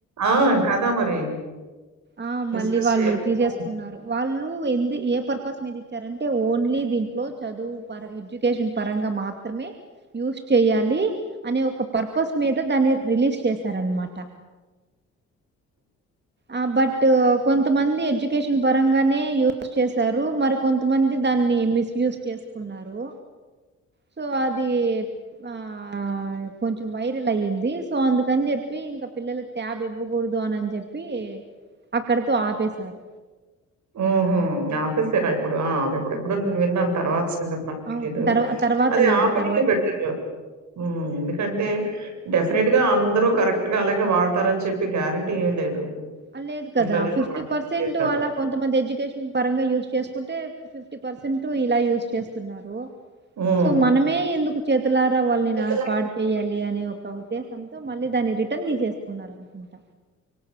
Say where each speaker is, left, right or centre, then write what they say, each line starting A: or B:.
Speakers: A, on the right; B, on the right.
A: ఆ కదా మరి
B: ఆ
A: మిస్‌యూజ్
B: మళ్ళీ వాళ్ళు
A: చేయకుండా
B: తీసేస్కున్నారు వాళ్ళు ఎంది ఏ పర్పస్ మీద ఇచ్చారంటే ఓన్లీ దీంట్లో చదువు పర ఎడ్యుకేషన్ పరంగా మాత్రమే యూస్ చేయాలి అనే ఒక పర్పస్ మీద దాన్ని రిలీజ్ చేసారణమాట ఆ బట్ కొంతమంది ఎడ్యుకేషన్ పరంగానే యూస్ చేశారు మరి కొంతమంది దాన్ని మిస్జ్ చేసుకున్నారు సో అది ఆ కొంచెం వైరల్ అయ్యింది సో అందుకని చెప్పి ఇంకా పిల్లలలకు ట్యాబ్ ఇవ్వకూడదు అని చెప్పి అక్కడతో ఆపేశారు
A: ఉహు ఆపేసారా ఇప్పుడు ఆ అదే నేను ఎప్పుడు విన్నాను తర్వాత సంగతి నాకు తెలియదు
B: అవును తర్వా తర్వాత
A: అదే
B: లేదు
A: ఆపలికి
B: తర్వాత
A: పెట్టా
B: అసలు
A: ఎందుకంటే డెఫినెట్ గా అందరూ కరెక్ట్ గా అలాగే వాడతారని చెప్పి గ్యారెంటీ ఏం లేదు
B: ఆ లేదు కదా
A: పిల్లలు ఎలా
B: ఫిఫ్టీ
A: వాడతారో
B: పర్సెంట్
A: తెలియదు కదా!
B: అలా కొంత మంది ఎజు ఎడ్యుకేషన్ పరంగా యూస్ చేసుకుంటే ఫిఫ్టీ పర్సెంట్ ఇలా యూస్ చేస్తున్నారు
A: హ్మ్.
B: సో మనమే ఎందుకు తులారా వాళ్ళని
A: చేతుల
B: నా పాడు చేయాలి అనే ఒక ఉద్దేశంతో మళ్ళీ దాన్ని రిటర్న్ తీసేసుకున్నారండి ఇంటా